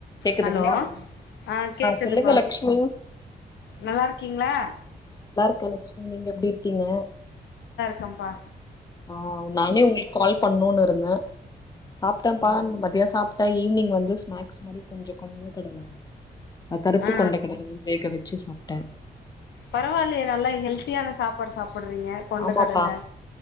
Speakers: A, on the left; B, on the left.
A: கேக்குதுங்களா
B: hello ஆ கேக்குதுப்பா
A: சொல்லுங்க லக்ஷ்மி
B: நல்லா இருக்கீங்களா
A: தலுக் ம் நீங் எப்டி இருக்கீங்க
B: க்கம்பா
A: ஆ நானே உங்குளுக் கால் பண்ணுன்னுருந் ட்டங்க சாப்புட்ட பா மதியோ சாப்பிட் ட்டே ஈவி்னிங் வந்து ஸ்நாக்ஸ் மாரி கொஞ்ச கொண்ட கடல அ கருப்பு
B: ஆ
A: கொண்டை கடலை வந்து வேக வெச்சு சாப்புட்டே
B: பரவாலியே நல்லா ஹெல்த்தியான சாப் பாடு சாப் புடுறீங்க கொண்ட
A: ஆமாப்பா
B: கடல